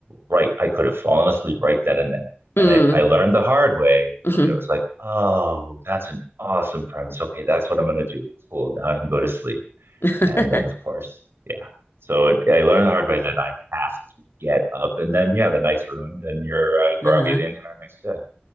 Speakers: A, on the right (about 75°); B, on the left (about 70°).
A: right. I could have fallen asleep right then and there.
B: Mm.
A: And I, I learned the hard way
B: hmm
A: when it was like, oh, that's an awesome premise. Okay, that's what I'm going to do. Cool. Now I can go to sleep.
B: <laughs>
A: And then, of course, yeah. So it, I learned the hard way that I have to get up, and then yeah, the night's ruined, and you're uh, groggy
B: Uh-huh.
A: the entire next day.